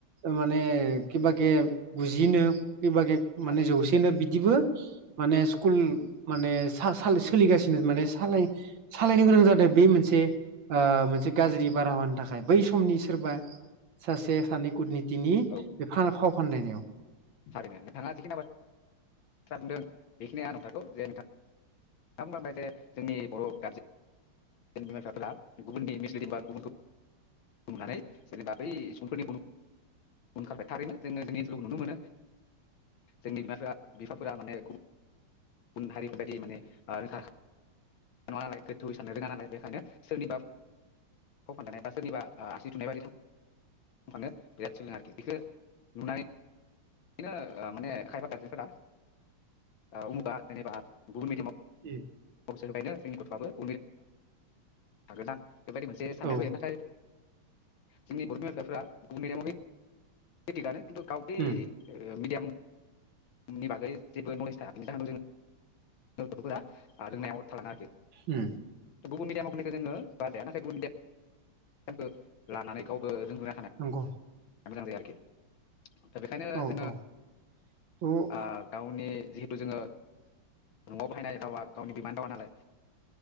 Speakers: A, on the right; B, on the left.
A: माने कबा केे बुजिनो खबेबा
B: थारैनो
A: माने जौग बिदिबो माने स्कुल माने सा साल सोलिगासिनो माने सालाय सालायनो गोनां जादों बे मोनसे ओ मोनसे गाज्रि बारहावानि थाखाय बै समनि सोरबा सासे सानै कुदनि दिनि
B: औ
A: बे फान फाव फानदायनायाव
B: थारैनो नोंथाङा जिखिना थ्रा बुंदों बेखिनिया नंथारगौ। जे नोंथाङा बुंलांनाय बे जोंनि बर' गारजेन <unintelligible> नुनानै जेनेबा बै सुबुंफोरनि उन <unintelligible> थारैनो जोङो जोंनि ओनसोलखौ नुनो मोनो। जोंनि बिमाफोरा बिफाफोरा माने गुबुन गुबुन हारिफोरबायदि माने <unintelligible> नालाय गोथौयै साननो रोङा नालाय बेखायनो सोरनिबा फाव फान्दायनाय बा सोरनिबा ओ आसि थुनाय बायदि <unintelligible> थानो बिराद <unintelligible> बेखो नुनानै बिदिनो माने खायबा गारजेनफोरा ओ उमुगा जेनेबा गुबुन मिडियामाव
A: ए।
B: गावसोर बायनो जोंनि गथ'वाबो <unintelligible> हागोन <unintelligible> बेबायदि मोनसे साननाय
A: औ
B: फैयो। नाथाय जोंनि बर'बिमा बिफाफोरा गुबुन मिडियाम आव होयो बे थिगानो। गाव बै ओ
A: उम
B: मिडियाम बिनि बागै जेबो नलेज थाया <unintelligible> गथ'फोरा रोंनायाव थालाङा आरोखि।
A: उम
B: गुबुन मिडियामाव होनायखौ जोङो बाजाया। नाथाय गुबुन मिडियाम <unintelligible> लानानै गावबो रोंग्रोना थानाया
A: नंगौ।
B: मोजां <unintelligible> आरोखि। दा बेखायनो
A: औ
B: जोङो
A: औ थ' उम
B: आ गावनि जिहेथु जोङो न'आव बाहायनाय रावा गावनि बिमा रावानालाय